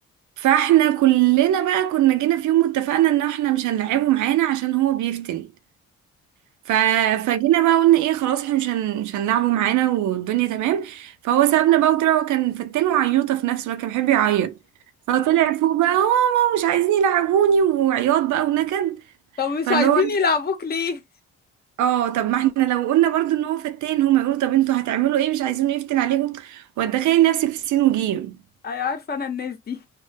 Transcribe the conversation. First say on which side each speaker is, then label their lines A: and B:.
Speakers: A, on the right; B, on the left.
A: فاحنا كلنا بقى كنا جينا في يوم واتفقنا ان احنا مش هنلعبه معانا عشان هو بيفتن ف... فجينا بقى قلنا ايه خلاص احنا مش هن... مش هنلعبه معانا والدنيا تمام فهو سابنا بقى وطلع هو كان فتان وعيوطه في نفسه بقى كان بيحب يعيط فطلع فوق بقى هو ماما مش عايزين يلعبوني وعياط بقى ونكد
B: طب مش
A: فاللي
B: عايزين
A: هو
B: يلعبوك ليه
A: اه طب ما احنا لو قلنا برضو ان هو فتان هما يقولوا طب انتوا هتعملوا ايه مش عايزينه يفتن عليكم وتدخلي نفسك في السين وجيم
B: اي عارفه انا الناس دي